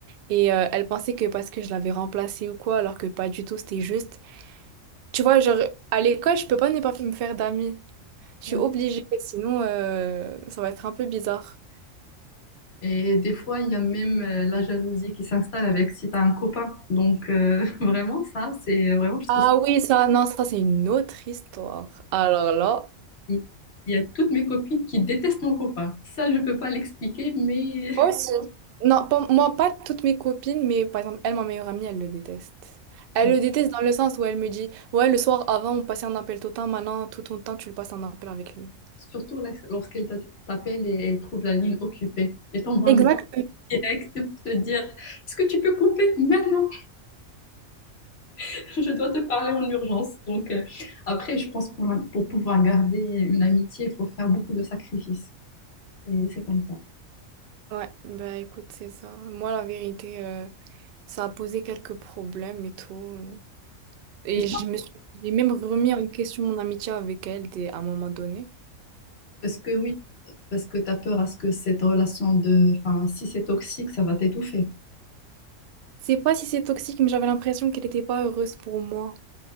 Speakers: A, on the right; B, on the left.
A: Et euh, elle pensait que parce que je l'avais remplacée ou quoi, alors que pas du tout, c'était juste. Tu vois, genre, à l'école, je peux pas ne pas me faire d'amis. Je
B: ouais.
A: suis obligée, sinon euh, ça va être un peu bizarre.
B: Et des fois, il y a même euh, la jalousie qui s'installe avec si tu as un copain. Donc, euh, <laughs> vraiment, ça, c'est vraiment, je trouve
A: Ah oui, ça, non, ça c'est une autre histoire. Alors là.
B: Il il y a toutes mes copines qui détestent mon copain. Ça, je peux pas l'expliquer, mais
A: Moi aussi. Non, pas- moi, pas toutes mes copines, mais par exemple, elle, ma meilleure amie, elle le déteste. Elle
B: <laughs>
A: le déteste dans le sens où elle me dit, ouais, le soir avant, on passait un appel tout le temps, maintenant, tout ton temps, tu le passes en appel avec lui.
B: surtout la- lorsqu'elle t'a- t'appelle et elle trouve la ligne occupée. Elle t'envoie
A: Exact.
B: un message direct pour te dire, est-ce que tu peux couper maintenant? <laughs> Je dois te parler en urgence. Donc, euh, après, je pense pour, la- pour pouvoir garder une amitié, il faut faire beaucoup de sacrifices. Et c'est comme ça.
A: Ouais, bah écoute, c'est ça. Moi, la vérité, euh, ça a posé quelques problèmes et tout. euh. Et
B: Et
A: je me suis, j'ai même remis en question mon amitié avec elle des- à un moment donné.
B: parce que oui, parce que tu as peur à ce que cette relation de, enfin, si c'est toxique, ça va t'étouffer.
A: C'est pas si c'est toxique, mais j'avais l'impression qu'elle était pas heureuse pour moi.